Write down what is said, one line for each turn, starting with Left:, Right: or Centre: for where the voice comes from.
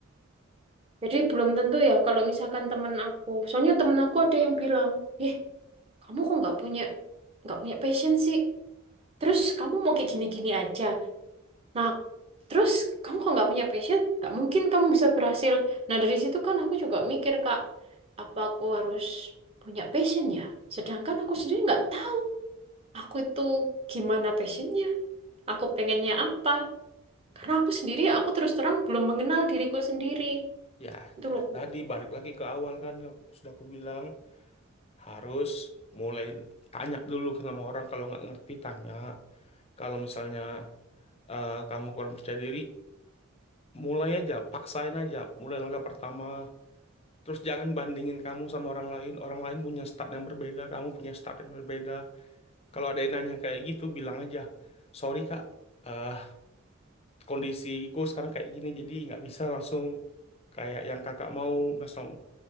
Right: jadi belum tentu ya kalau misalkan temen aku, soalnya temen aku ada yang bilang, eh kamu kok nggak punya nggak punya passion sih? Terus kamu mau kayak gini-gini aja. Nah, terus kamu kalau nggak punya passion, nggak mungkin kamu bisa berhasil. Nah, dari situ kan aku juga mikir, Kak, apa aku harus punya passion ya? Sedangkan aku sendiri nggak tahu aku itu gimana passionnya, aku pengennya apa. Karena aku sendiri, aku terus terang belum mengenal diriku sendiri.
Left: Ya,
Right: Itu
Left: kayak
Right: loh.
Left: tadi balik lagi ke awal kan sudah aku bilang harus mulai tanya dulu sama orang kalau nggak ngerti tanya. Kalau misalnya eh, kamu kurang percaya diri, mulai aja, paksain aja. Mulai langkah pertama, Terus jangan bandingin kamu sama orang lain. Orang lain punya start yang berbeda, kamu punya start yang berbeda. Kalau ada yang nanya kayak gitu, bilang aja, sorry kak, eh kondisiku sekarang kayak gini, jadi nggak bisa langsung kayak yang kakak mau langsung